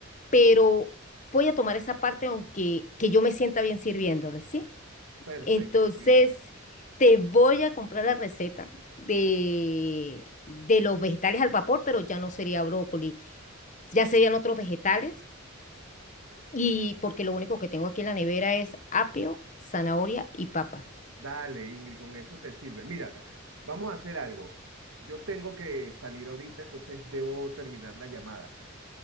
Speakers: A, on the left (about 35°); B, on the right (about 80°).
A: pero voy a tomar esa parte aunque que yo me sienta bien sirviéndoles, ¿sí?
B: Perfecto,
A: Entonces,
B: Ingrid.
A: te voy a comprar la receta de, de los vegetales al vapor, pero ya no sería brócoli, ya serían otros vegetales y porque lo único que tengo aquí en la nevera es apio, zanahoria y papa.
B: Dale, Ingrid, con eso te sirve. Mira, vamos a hacer algo. Yo tengo que salir ahorita, entonces debo terminar la llamada.